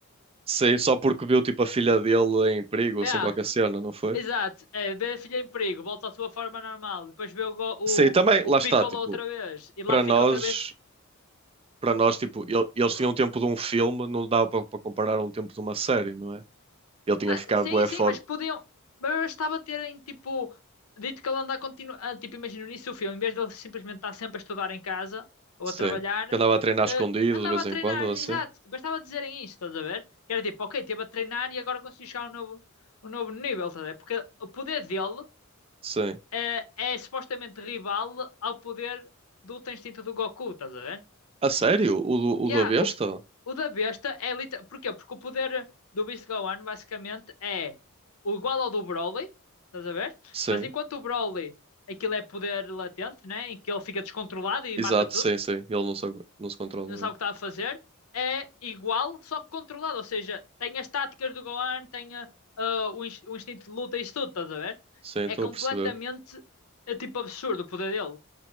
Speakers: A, on the right (about 25°); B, on the left (about 80°).
A: Sei, só porque viu tipo a filha dele em perigo,
B: É,
A: sem qualquer cena, não foi?
B: Exato, é, vê a filha em perigo, volta à sua forma normal, depois vê o, go- o,
A: sim também,
B: o
A: lá
B: Piccolo
A: está, tipo,
B: outra vez e lá
A: para
B: fica
A: nós,
B: outra vez,
A: para nós, tipo,
B: tipo,
A: ele- eles
B: broken.
A: tinham o tempo de um filme, não dava para para comparar um tempo de uma série, não é? Ele tinha
B: Ah,
A: que ficar
B: sim,
A: bué
B: sim,
A: forte,
B: mas podiam. Mas bastava terem, tipo, dito que ele anda a continuar. ah, tipo, imagina no início do filme, em vez de ele simplesmente estar sempre a estudar em casa ou
A: sim.
B: a trabalhar,
A: Que andava a treinar
B: eh,
A: escondido
B: andava
A: de vez
B: a treinar,
A: em quando, ou
B: exato,
A: assim.
B: bastava dizerem isto, estás a ver? Que era tipo, ok, esteve a treinar e agora conseguiu chegar a um novo, um novo nível, estás a ver? Porque o poder dele.
A: Sim.
B: eh, é supostamente rival ao poder do Ultra Instinto do Goku, estás a ver?
A: A sério? O do, o
B: Yeah,
A: da besta?
B: o, o da besta é literalmente. Porquê? Porque o poder do Beast Gohan basicamente é o igual ao do Broly, estás a ver?
A: Sim.
B: Mas enquanto o Broly, aquilo é poder latente, né? Em que ele fica descontrolado e
A: Exato,
B: mata tudo,
A: sim, sim. Ele não se, não se controla.
B: não sabe
A: é.
B: o que está a fazer, é igual, só que controlado. Ou seja, tem as táticas do Gohan, tem ah, ah, o, ins- o instinto de luta e isso tudo, estás a ver?
A: Sim, estou
B: É completamente
A: a perceber.
B: é tipo absurdo o poder dele.